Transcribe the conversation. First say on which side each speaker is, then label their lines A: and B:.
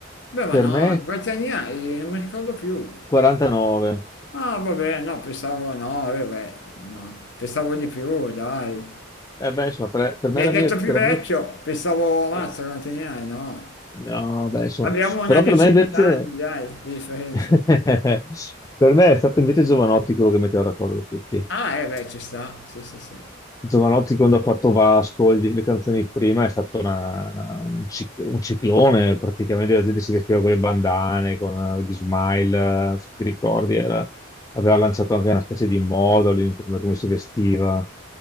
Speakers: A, on the left; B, on the left.
A: beh, ma
B: per
A: no,
B: me
A: quanti anni hai? Non mi ricordo più.
B: 49.
A: Ah, vabbè, no, pensavo no, vabbè, no, pensavo di più, dai.
B: Eh, beh, insomma, per, per me
A: Mi hai
B: la
A: detto
B: mia... per
A: più vecchio,
B: la mia-
A: pensavo, mazza,
B: eh,
A: quanti anni hai? No.
B: no, beh, insomma,
A: Abbiamo una
B: però
A: decina
B: per me invece...
A: d'anni, dai, di differenza.
B: <laughs> per me è stato invece Giovanotti quello che metteva d'accordo tutti.
A: Ah, eh beh, ci sta, sì, sì, sì.
B: Giovanotti quando ha fatto Vasco, le le canzoni prima, è stato una- una- un, cic- un ciclone, praticamente la gente si vestiva con le bandane, con eh, gli smile, eh, se ti ricordi, era- aveva lanciato anche una specie di moda lui, in come, come si vestiva,